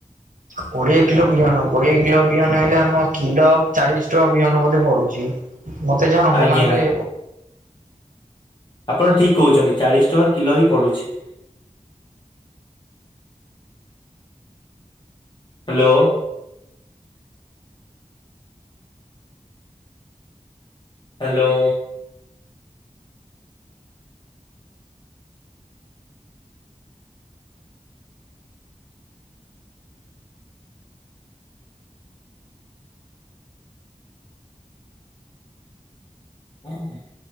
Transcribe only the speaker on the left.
ଆଜ୍ଞା ଆପଣ ଠିକ୍ କହୁଛନ୍ତି ଚାଳିଶ ଟଙ୍କା କିଲୋ ହିଁ ପଡ଼ୁଛି। ହ୍ୟାଲୋ। ହ୍ୟାଲୋ। <inaudible>